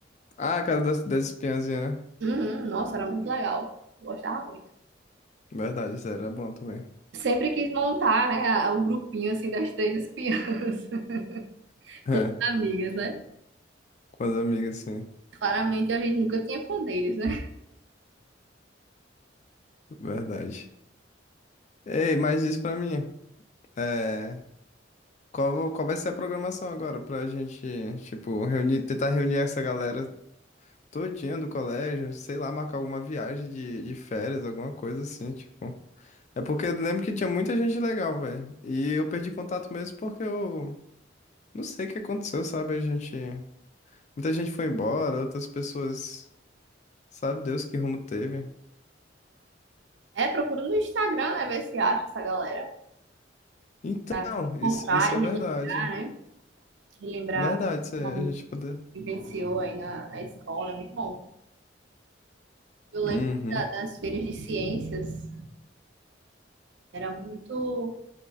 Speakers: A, on the left; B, on the right.
A: Ah, a casa das, das espiãzinhas, né?
B: Uhum, nossa, era muito legal. Eu gostava muito.
A: Verdade, isso era bom também.
B: Sempre quis montar, né, a- o grupinho assim das Três Espiãs <laughs>
A: <laughs>
B: com as amigas, né?
A: Com as amigas, sim.
B: Claramente a gente nunca tinha poderes, né?
A: <laughs> Verdade. Ei, mas diz pra mim, é, qual, qual vai ser a programação agora pra gente, tipo, reunir, tentar reunir essa galera todinha do colégio, sei lá, marcar alguma viagem de, de férias, alguma coisa assim, tipo. É porque eu lembro que tinha muita gente legal, velho. E eu perdi contato mesmo porque eu não sei o que aconteceu, sabe? A gente, muita gente foi embora, outras pessoas, sabe Deus que rumo teve.
B: É, procura no Instagram, né, ver se acha essa galera
A: Então,
B: pra
A: isso,
B: montar
A: isso
B: e
A: é
B: relembrar,
A: verdade.
B: né? Relembrar
A: Verdade, isso é-
B: o momento
A: a gente poder.
B: que vivenciou aí na, na escola, é muito bom. Eu lembro
A: Uhum.
B: da- das feiras de ciências, era muito.